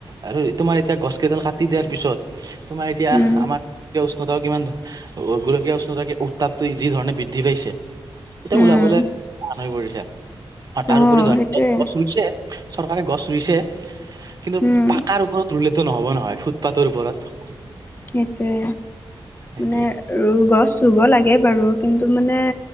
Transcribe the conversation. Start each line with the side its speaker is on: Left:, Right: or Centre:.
Right: আৰু তোমাৰ এতিয়া গছ কেইডাল কাটি দিয়াৰ পিছত তোমাৰ এতিয়া
Left: উম,
Right: আমাৰ <unintelligible> উষ্ণতা কিমান গোলকীয় উষ্ণতা উত্তাপটো যি ধৰণে বৃদ্ধি পাইছে এতিয়া
Left: উম,
Right: ওলাবলে টান হৈ পৰিছে, আৰু তাৰ
Left: অ',
Right: উপৰি ধৰা
Left: সেইটোৱে,
Right: গছ ৰুইছে চৰকাৰে গছ ৰুইছে, কিন্তু
Left: উম,
Right: পাকাৰ ওপৰত ৰুলে টো নহ'ব নহয় ফুটপাথৰ ওপৰত।
Left: সেইটোৱে
Right: সেইটোৱে
Left: মানে আৰু গছ ৰুব লাগে বাৰু, কিন্তু মানে